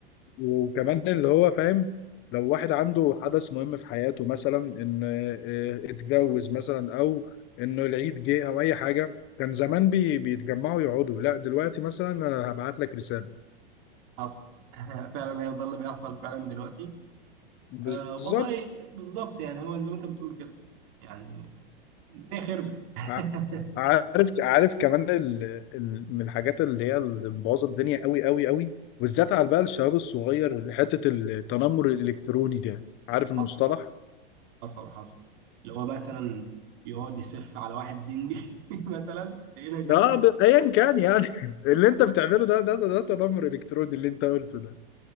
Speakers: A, on the left; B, on the right.
A: وكمان اللي هو فاهم لو واحد عنده حدث مهم في حياته مثلا ان آه، اتجوز مثلا او انه العيد جه او اي حاجه كان زمان بي بيتجمعوا يقعدوا لا دلوقتي مثلا انا هبعت لك رساله
B: حاصل <laughs> فعلا هي ده اللي بيحصل فعلا دلوقتي
A: بالظبط
B: آه والله بالظبط يعني هو زي ما انت بتقول كده يعني الدنيا خربت <laughs>
A: ع- عارف عارف كمان ال... ال... من الحاجات اللي هي اللي مبوظه الدنيا قوي قوي قوي وبالذات على بقى الشباب الصغير حته التنمر الالكتروني ده عارف المصطلح؟
B: حصل حصل حصل اللي هو مثلا يقعد يسف على واحد زنجي <laughs> مثلا هنا كده
A: اه ب- ايا كان يعني <laughs> اللي انت بتعمله ده ده ده, ده تنمر الكتروني اللي انت قلته ده